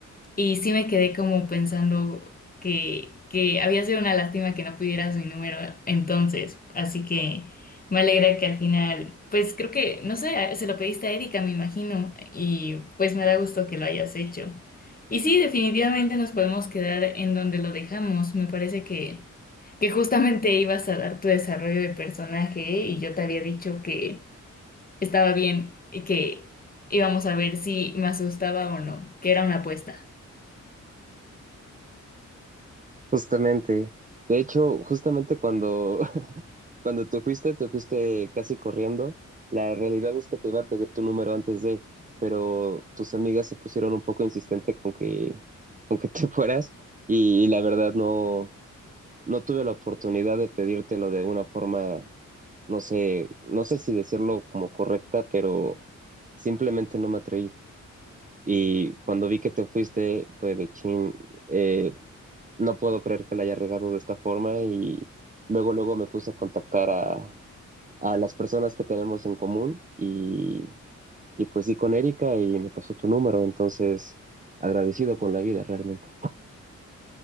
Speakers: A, on the left (about 30°); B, on the right (about 25°).
A: Y sí me quedé como pensando que, que había sido una lástima que no pudieras mi número entonces. Así que me alegra que al final, pues creo que, no sé, a- se lo pediste a Erika, me imagino. Y pues me da gusto que lo hayas hecho. Y sí, definitivamente nos podemos quedar en donde lo dejamos. Me parece que, que justamente ibas a dar tu desarrollo de personaje ¿eh? y yo te había dicho que estaba bien y que íbamos a ver si me asustaba o no, que era una apuesta.
B: Justamente. De hecho, justamente cuando, <laughs> cuando te fuiste, te fuiste casi corriendo. La realidad es que te iba a pedir tu número antes de, pero tus amigas se pusieron un poco insistente con que, con que te <laughs> fueras y, la verdad no, no tuve la oportunidad de pedírtelo de una forma, no sé, no sé si decirlo como correcta, pero simplemente no me atreví. Y cuando vi que te fuiste fue de chin. eh, no puedo creer que la haya regado de esta forma y luego, luego me puse a contactar a, a las personas que tenemos en común y, y pues sí con Erika y me pasó tu número, entonces agradecido con la vida realmente.